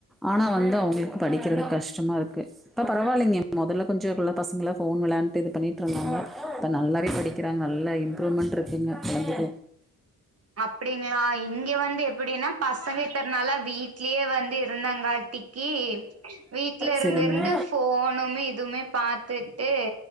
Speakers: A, in the centre; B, on the right (about 45°).
A: ஆனா வந்து அவங்களுக்கு படிக்கிறது கஷ்டமா ர்க்கு இப்ப பரவால்லங்க. மொதல்ல கொஞ்ச இப்ள்ள பசங்க போன் வெளாண்டுட்டு இது பண்ணிட்டு ந்தாங்க இப்போ நல்லாவே படிக்கிறாங்க நல்லா இம்ப்ரூவ்மெண்ட் ருக்குங்க குழந்தைக்கு
B: அப்டிங்களா இங்க வந்து எப்படின்னா பசங்க இத்தன் நாளா வீட்லயே வந்து இருந்தாங்காட்டிக் கி வீட்ல இருந்திருந்து
A: சரிங்க
B: ஃபோனுமே இதுமே பாத்துட்டு